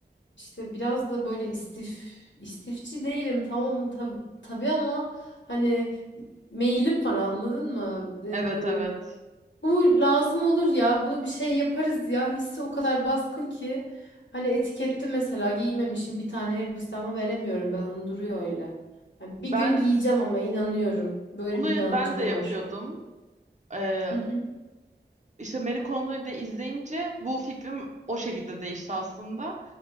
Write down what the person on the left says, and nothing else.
İşte biraz da böyle istif istifçi değilim tamam tabi tabii ama hani meyilim var anladın mı? Ee,
bu lazım olur ya bunu bir şey yaparız ya hissi o kadar baskın ki hani etiketli mesela giymemişim bir tane elbise ama veremiyorum ben onu duruyor öyle. Yani bir gün
giyeceğim ama inanıyorum böyle
bir inancım
var.
Hı hı.